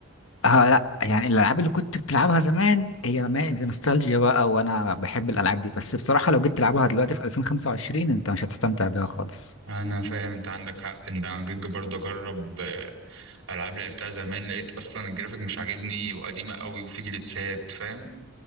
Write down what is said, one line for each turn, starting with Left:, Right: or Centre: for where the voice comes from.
Left: آه لا يعني الالعاب اللي كنت بتلعبها زمان هي ما في نوستالجيا بقى وانا بحب الالعاب دي بس بصراحه لو جيت تلعبها دلوقتي في 2025 انت مش هتستمتع بيها خالص
Right: انا فاهم انت عندك حق ان انا جيت برضه اجرب آه، العاب لعبتها زمان لقيت اصلا الجرافيك مش عاجبني وقديمه قوي وفي جليتشات فاهم